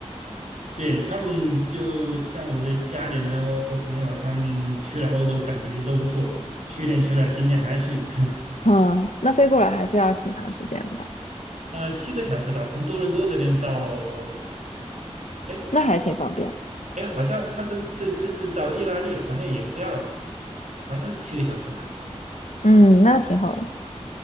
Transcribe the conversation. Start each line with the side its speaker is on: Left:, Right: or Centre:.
Right: 对他们就像我的家里人然后和朋友，他们去了欧洲，感觉都不错。去年去了，今年还去，
Left: 嗯，那飞过来还是要挺长时间的吧？
Right: <laughs> 呃，七个小时吧，从多伦多这边到，哎
Left: 那还挺方便。
Right: 哎，好像他是这这次到意大利，好像也只要，好像是七个小时吧。
Left: 嗯，那挺好的。